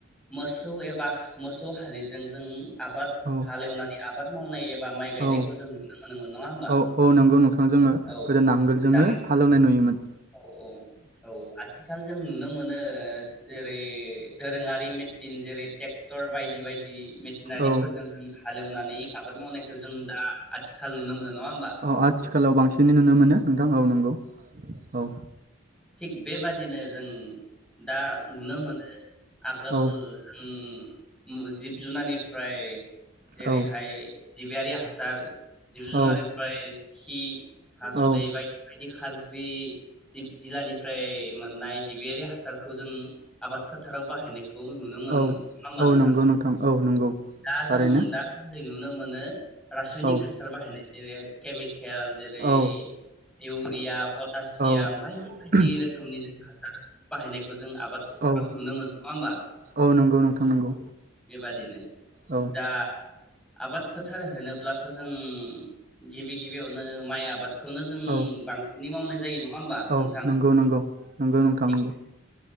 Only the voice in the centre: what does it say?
मोसौ एबा मोसौ हालिजों जों आबाद
हालेवनानै आबाद मावनाय एबा माइ गायनायखौ
जों नुनो मोनोमोन नङा होमबा
नोंथां?
औ
दा
औ औ औ आथि खाल जों नुनो मो नो। जेरै दोरोङारि मेसिन जेरै ट्रेक्टर बायदि बायदि मेसिनारिफोरजों
होन हालेवनानै आबाद मावनायखौ जों दा आथिख सा लुनो मोनो नङा होमबा
थिग बेबादिनो जों दा नुनो मोनो आगोल
जों मु जिब जुनारनिफ्राय जेरैहाय
जिबियारि हासार जिब जुनारिफाय
खि
दैबायदि बाय दि खानस्रि जिब जिल्लानिफ्राय मोननाय जिबियारि हासारखौ जों आबाद फोथाराव बाहायनाय खौ नुनो मोनोमोन
नङा होनबा
नोंथां
दा
जों दा सानदै नु नो मानो। रासायनिक
हासार बाहायनाय जेरैहाय केमिक खेल जेरै
इउरिया पटासियाम
बायदि बायदि
रोखोमनि जों हासार बाहायनायखौ जों आबाद फोथाराव
नुनो मोनो नङा होमबा।
बेबादिनो
जा आबाद फोथार होनोब्लाथ जों गिबि गिबियावनो माइ आबाद खौनो जों
बांसिनै मावनाय जायो नङा होमबा
नोंथां
थिग